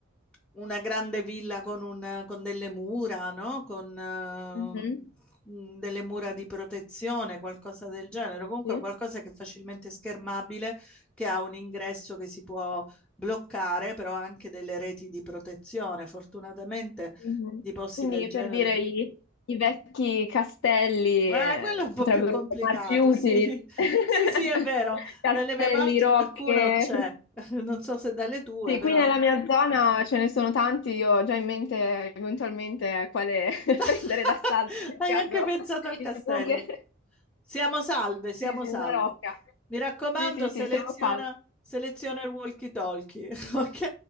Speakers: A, in the centre; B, on the left (about 65°).
A: una grande villa con, un- con delle mura, no? Con eh,
B: Mhm.
A: mh, delle mura di protezione, qualcosa del genere. Comunque
B: Sì.
A: qualcosa che è facilmente schermabile, che ha un ingresso che si può bloccare, però ha anche delle reti di protezione. Fortunatamente
B: Mhm.
A: di posti
B: Quindi
A: del genere.
B: per dire i, i vecchi castelli
A: Eh,
B: eh,
A: quello è un po'
B: potrebbero
A: più complicato,
B: tornarci utili.
A: sì.
B: <laughs>
A: Sì, sì, è vero.
B: Castelli,
A: Dalle mie parti
B: rocche.
A: qualcuno c'è. <laughs> Non so se dalle tue,
B: Sì,
A: però
B: qui nella mia zona ce ne sono tanti, io ho già in mente eventualmente quale <laughs> prendere
A: <laughs>
B: d'assalto nel
A: hai
B: caso
A: anche pensato
B: <laughs>
A: al
B: il
A: castello.
B: bunker.
A: Siamo salve, siamo
B: Sì, sì,
A: salve.
B: una rocca.
A: Mi raccomando,
B: Sì, sì,
A: seleziona,
B: sì, siamo salvi.
A: seleziona il walkie-talkie, <laughs> ok?